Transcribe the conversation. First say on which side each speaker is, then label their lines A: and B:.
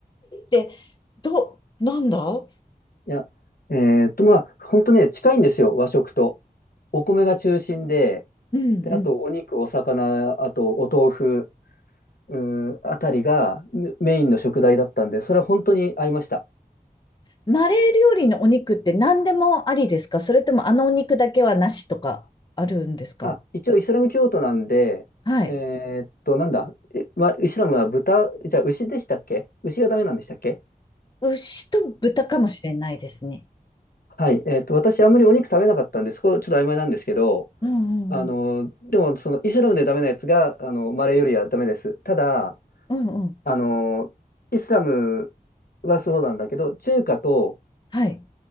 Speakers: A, on the left; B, on the left.
A: 料理って、ど、なんだう
B: いや、えーっと、まあ、本当ね、近いんですよ、和食と。お米が中心で、
A: んうん。
B: で、あとお肉、お魚、あとお豆腐、うーん、あたりがメメインの食材だったんで、それは本当に合いました。
A: マーレー料理のお肉って何でもありですかそれともあのお肉だけはなしとかあるんですか
B: あ、一応イスラム教徒なんで、
A: はい。
B: えーっと、なんだ、えまイスラムは豚、じゃあ牛でしたっけ牛がダメなんでしたっけ
A: 牛と豚かもしれないですね。
B: はい、えっと、私、あんまりお肉食べなかったんで、そこちょっと曖昧なんですけど、
A: うんうんうん。
B: あの、でも、その、イスラムでダメなやつが、あの、マレーよりはダメです。ただ、
A: うんうん。
B: あの、イスラムはそうなんだけど、中華と、
A: はい。